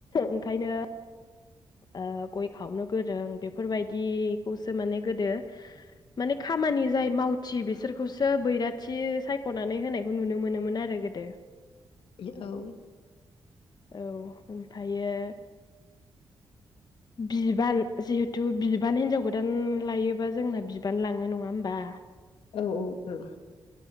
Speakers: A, on the left; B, on the left.
A: ओंखायनो ओ गय खावनो गोरों बेफोरबायदिखौसो माने गोदो माने खामानि जाय मावथि बिसोरखौसो सो बैराथि सायख'नानै होनायखौ नुनो मोनोमोन आरो गोदो।
B: औ औ
A: औ ओमफायो बिबान जिहेथु बिबान हिन्जाव गोदान लायोबा जोंना बिबान लाङो नङा होमबा।
B: औ औ ओं।